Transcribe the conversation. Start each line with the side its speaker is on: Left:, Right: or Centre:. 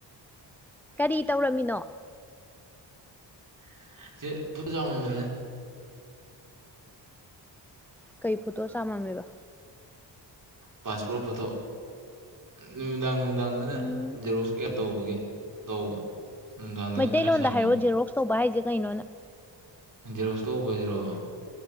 Centre: ꯀꯔꯤ ꯇꯧꯔꯝꯃꯤꯅꯣ
Right: <unintelligible> ꯆꯥꯃꯝꯕꯅꯦ
Centre: ꯀꯩ ꯐꯣꯇꯣ ꯆꯥꯃꯝꯃꯤꯕ
Right: ꯄꯥꯁꯄꯣꯠ ꯐꯣꯇꯣ ꯅꯨꯃꯤꯗꯥꯡ ꯅꯨꯡꯗꯥꯡꯗꯅ
Centre: ꯎꯝ
Right: ꯖꯦꯔꯣꯁꯀꯤ ꯇꯧꯕꯒꯤ ꯇꯧꯕ ꯅꯨꯡꯗꯥꯡꯗꯅ
Centre: ꯃꯩꯇꯩꯂꯣꯟꯗ
Right: ꯈꯔ ꯁꯪꯉꯦꯅ
Centre: ꯍꯥꯏꯔꯣꯑꯣ ꯖꯦꯔꯣꯛꯁ ꯇꯧꯕ ꯍꯥꯏꯁꯦ ꯀꯩꯅꯣꯅ
Right: ꯖꯦꯔꯣꯛꯁ ꯇꯧꯕꯁꯤꯔꯣ